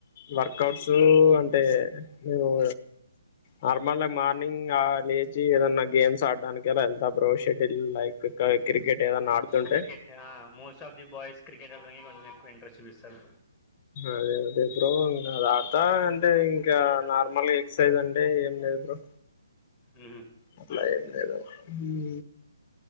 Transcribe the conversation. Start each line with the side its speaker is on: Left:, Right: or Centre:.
Left: వర్కౌట్స్ అంటే నువ్వు నార్మల్ మార్నింగ్ ఆ లేచి ఏదన్నా గేమ్స్ ఆడడానికి ఎలా వెళ్ ఏళ్త బ్రో షెటిల్ లైక్ క్రికెట్ ఏదనా ఆడుతుంటే
Centre: cricket most of the boys cricket వెళ్డానికి కొంచెం ఎక్కువ ఇంట్రెస్ చూపిస్తాను
Left: అదే అదే బ్రో ఇంగ దాత అంటే ఇంకా నార్మల్గా ఎక్సర్సైజ్ అంటె ఏం లేదు బ్రో
Centre: ఉహు
Left: అట్లా ఏం లేదు ఉ